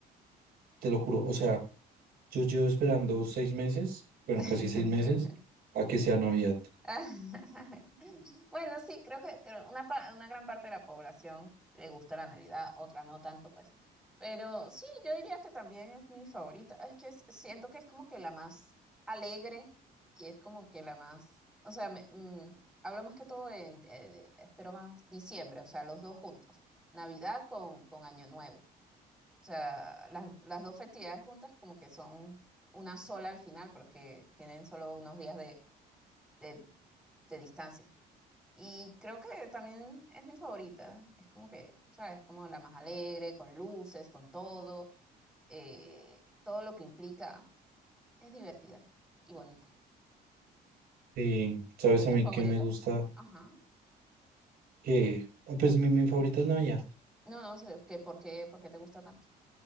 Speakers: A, on the right; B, in the centre.
A: te lo juro. O sea, yo llevo esperando seis meses, bueno,
B: <laughs>
A: casi seis meses, a que sea Navidad.
B: Ah, <laughs> Bueno, sí, creo que, que una, pa- una gran parte de la población le gusta la Navidad, otra no tanto, pues. Pero sí, yo diría que también es mi favorita. Es que es- siento que es como que la más alegre y es como que la más, o sea, me- mm, hablo más que todo en, eh, de- espero más, diciembre, o sea, los dos juntos, Navidad con, con Año Nuevo. O sea, las, las dos festividades juntas como que son una sola al final porque tienen solo unos días de, de de distancia. Y creo que también es mi favorita. Es como que, ¿sabes? Como la más alegre, con luces, con todo. eh, todo lo que implica es divertida y bonita.
A: Sí, sabes
B: Porque es
A: a
B: tu
A: mí
B: favorita.
A: que me gusta
B: Ajá.
A: que, ah, pues mi, mi favorita es Navidad.
B: No, no sé, que ¿por qué, por qué te gusta tanto?